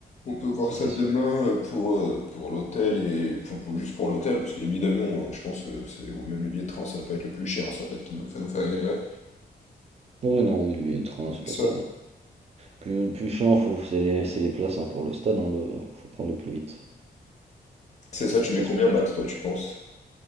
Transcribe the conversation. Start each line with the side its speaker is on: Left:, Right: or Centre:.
Left: On peut voir
Right: ça
Left: ça
Right: c'est
Left: demain
Right: sûr.
Left: euh, pour, euh, pour l'hôtel et enfin, pour- juste pour l'hôtel, parce que les billets d'avion, euh, je pense, euh, c'est ou même les billets de train, ça va pas être le plus cher, hein, ça va pas être ce qui nous- va nous faire galérer.
Right: Oui, non, oui, le billet de train, c'est pas
Left: C'est ça.
Right: ça. Plus, plus chiant, faut, c'est les, c'est les places hein, pour le stade, hein, le, faut prendre le plus vite.
Left: C'est
Right: C'est
Left: ça,
Right: les
Left: tu
Right: places
Left: mets combien
Right: pour,
Left: max, toi, tu penses?